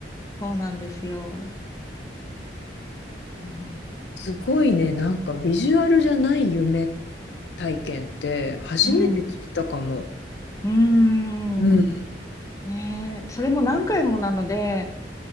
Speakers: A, on the left; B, on the left.
A: そうなんですよ。そう
B: すごいね、なんかビジュアルじゃない夢体験って初めて聞いたかも。
A: うん。うーん。
B: うん。
A: ねえ。それも何回もなので、